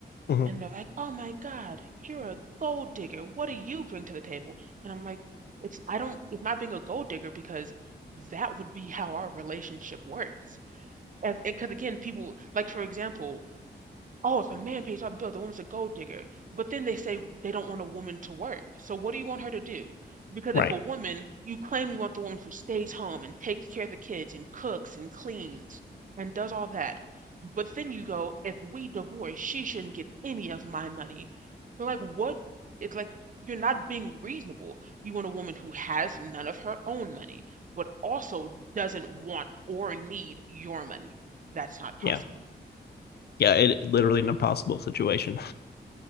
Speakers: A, on the left (about 65°); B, on the right (about 45°).
A: hmm
B: And they're like, "Oh my God, you're a gold digger. What do you bring to the table?" And I'm like, "It's I don't it's not being a gold digger because that would be how our relationship works." And because again, people like for example, Oh, if a man pays off the bill, the woman's a gold digger. But then they say they don't want a woman to work. So what do you want her to do? Because if
A: Right.
B: a woman, you claim you want the woman who stays home and takes care of the kids and cooks and cleans and does all that. But then you go, if we divorce, she shouldn't get any of my money. They're like, what? It's like you're not being reasonable. You want a woman who has none of her own money, but also doesn't want or need your money. That's not possible.
A: Yeah. Yeah, it literally an impossible situation.